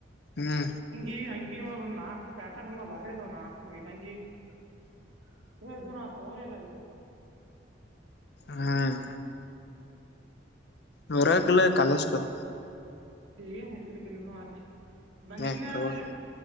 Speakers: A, on the left; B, on the right.
A: ಹ್ಮ್
B: ಇ ಅಂಗಿ ಒಳಗೆ ಒಂದ್ ನಾಕ್ ಪ್ಯಾಟರ್ನ್ ಬಾರಿ ಅದಾವ್ ನಾಕ ಐದಂಗಿ ಎ ಇದಾವು ನಾ ತಗೋಲಿಲ್ಲ ಅಲ್ಲೇ.
A: ಹ್ಮ್ ಬರಬಕಿಲ್ಲ ಕಾಲೇಜ್ ಕ
B: ಏನ್ ಇದ್ರಕೀಲ್ ಬಿಡು ಮಾರಾಯ ಬಂದಿದನಾನ
A: ಏ ಬರವಲ್
B: ಅಲ್ಲಿ